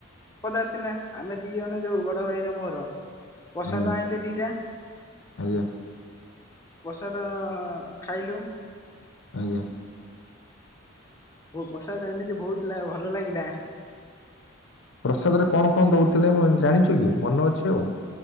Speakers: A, on the left; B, on the left.
A: ପଦାରେ ଥିଲା। ଆମେ ଦି ଜଣ ଯୋଉ ବଡ ଭାଇର ମୋର ପ୍ରସାଦ
B: ଆଜ୍ଞା
A: ଆଣିଲେ ଦିଟା।
B: ଆଜ୍ଞା
A: ପ୍ରସାଦ ଖାଇଲୁ।
B: ଆଜ୍ଞା।
A: ହୋ ପ୍ରସାଦ ଏମିତି ବହୁଥିଲା ଭଲ ଲାଗିଲା।
B: ପ୍ରସାଦ ରେ କଣ କଣ ଦଉଥିଲେ ମ ଜାଣିଛୁ କି ମନେ ଅଛି ଆଉ?